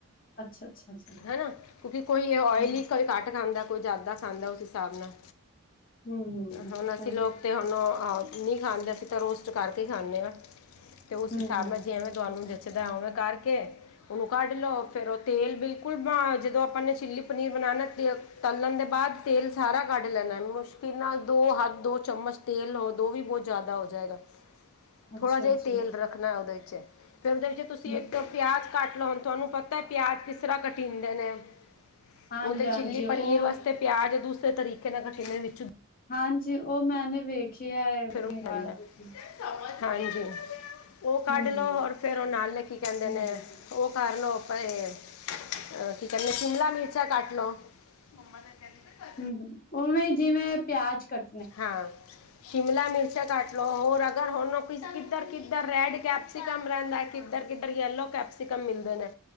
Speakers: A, on the left; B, on the left.
A: ਅੱਛਾ-ਅੱਛਾ, ਅੱਛਾ ਅੱਛਾ ਅੱਛਾ
B: ਹਨਾ ਕਿਉਂਕਿ ਕੋਈ ਆਇਲੀ
A: ਹੂੰ,
B: ਕੋਈ ਘੱਟ ਖਾਂਦਾ ਕੋਈ ਜ਼ਿਆਦਾ ਖਾਂਦਾ ਉਸ ਹਿਸਾਬ ਨਾਲ
A: ਹੂੰ-ਹੂੰ,
B: ਹੁਣ
A: ਸਹੀ
B: ਅਸੀਂ ਲੋਕ ਤੇ ਹੁਣ ਨਹੀਂ ਖਾਂਦੇ ਅਸੀਂ ਤਾਂ ਰੋਸਟ ਕਰਕੇ ਹੀ ਖਾਂਦੇ ਹਾਂ ਤੇ ਉਸ
A: ਹੂੰ-ਹੂੰ,
B: ਹਿਸਾਬ ਨਾਲ ਜਿਵੇਂ ਤੁਹਾਨੂੰ ਜੱਚਦਾ ਉਵੇਂ ਕਰਕੇ ਉਹ ਕੱਢ ਲਓ ਫਿਰ ਉਹ ਤੇਲ ਬਿਲਕੁਲ ਜਦੋਂ ਆਪਾਂ ਨੇ ਚਿੱਲੀ ਪਨੀਰ ਬਣਾਉਣਾ ਤੇ ਤਲਣ ਦੇ ਬਾਅਦ ਤੇਲ ਸਾਰਾ ਕੱਢ ਲੈਣਾ, ਮੁਸ਼ਕਿਲ ਨਾਲ ਦੋ ਹੱਥ ਦੋ ਚਮਚ ਤੇਲ ਹੋ ਦੋ ਵੀ ਬਹੁਤ ਜ਼ਿਆਦਾ ਹੋ ਜਾਏਗਾ
A: <inaudible> ਅੱਛਾ-ਅੱਛਾ।
B: ਥੋੜਾ ਜਿਹਾ ਤੇਲ ਰੱਖਣਾ ਉਹਦੇ ਵਿੱਚ, ਫੇਰ ਉਹਦੇ ਵਿੱਚ ਤੁਸੀਂ
A: ਹੂੰ,
B: ਇੱਕ ਪਿਆਜ ਕੱਟ ਲਓੁ, ਤੁਹਾਨੂੰ ਪਤਾ ਪਿਆਜ ਕਿਸ ਤਰ੍ਹਾਂ ਕਟੀਂਦੇ ਨੇ
A: ਹਾਂਜੀ-ਹਾਂਜੀ
B: ਉਹ ਤੇ ਚਿੱਲੀ
A: ਉਹ
B: ਪਨੀਰ ਵਾਸਤੇ ਪਿਆਜ ਦੂਸਰੇ ਤਰੀਕੇ ਨਾਲ ਕਟੀਨੇ ਵਿੱਚ
A: ਹਾਂਜੀ, ਉਹ ਮੈਂ ਨੇ ਵੇਖ ਖਿਆ ਹੈ। ਮੋਬਾਇਲ
B: ਫ਼ਰਕ ਪੈਂਦਾ ਬਦਾ ਹਾਂਜੀ,
A: ਵਿੱਚ
B: ਤੈਨੂੰ ਸਮਝ ਨਹੀਂ ਆਂਦਾ ਪਿਆ ਉਹ
A: ਹੂੰ-ਹੂੰ,
B: ਕੱਢ ਲਓ,
A: ਹੂੰ-ਹੂੰ-ਹੂੰ,
B: ਹੋਰ ਫੇਰ ਉਹ ਨਾਲ ਲਿਖੀ ਕੇਂਹੇਂਦੇ
A: ਹੂੰ
B: ਨੇ?
A: ਹੂੰ, ਹੂੰ,
B: ਉਹ ਕਰ ਲਵੋ ਪਏ ਕੀ ਕਹਿੰਦੇ ਸਿ਼ਮਲਾ ਮਿਰਚਾਂ ਕਟ ਲੋ ਮੰਮਾ ਦਾ ਕਹਿੰਦੇ
A: ਹਮ, ਉਵੇਂ ਜਿਵੇਂ ਪਿਆਜ ਕੱਟ
B: ਹਾਂ, ਸ਼ਿਮਲਾ ਮਿਰਚ ਕਟ ਹੋਰ ਅਗਰ ਹੁਣ ਕਿੱਧਰ ਕਿੱਧਰ ਰੈਡ ਕੈਪਸੀਿਕਮ ਰਹਿੰਦਾ ਕਿੱਧਰ ਕਿਧਰ ਯਲੋ ਕੈਪਸ ਤੇ ਕਮ ਮਿਲਦੇ ਨੇ